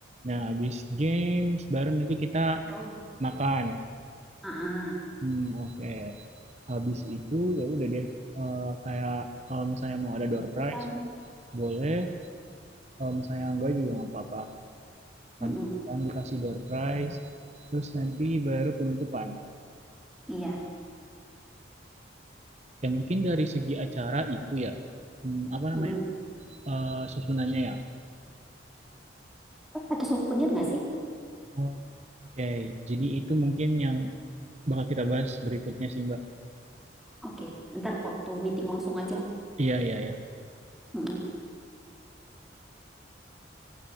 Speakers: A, on the right; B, in the centre.
A: Nah, habis games baru nanti kita
B: Baru.
A: makan.
B: Heeh.
A: Hmm, oke. Habis itu ya udah deh. Eh, kayak kalau misalnya mau ada door
B: Itu
A: prize,
B: kan.
A: boleh. Kalau misalnya enggak juga nggak apa-apa.
B: Mm-mm.
A: Habis makan dikasih door prize, terus nanti baru penutupan.
B: Iya.
A: Ya mungkin dari segi acara itu ya, hmm, apa namanya?
B: Mm-mm.
A: Eh, susunannya ya.
B: Eh, Pakai souvenir nggak sih?
A: Oh, Oke, Jadi itu mungkin yang bakal kita bahas berikutnya sih Mbak.
B: Oke. Ntar waktu meeting langsung aja.
A: Iya iya ya.
B: Mm-mm.